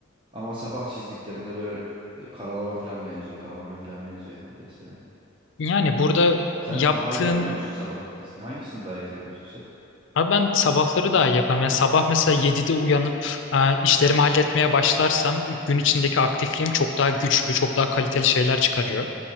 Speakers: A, on the right; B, on the left.
A: Ama sabah çizdiklerimde böyle e, karalama falan benziyor. Karalamaya falan benziyor ya neredeyse yani.
B: Yani burada
A: Sen
B: yaptığın
A: daha iyi yapmıyor musun sabah? Hangisini daha iyi yapıyorsun sen?
B: Abi ben sabahları daha iyi yaparım. Yani sabah mesela 7'de uyanıp e, işlerimi halletmeye başlarsam gün içindeki aktifliğim çok daha güçlü, çok daha kaliteli şeyler çıkarıyor.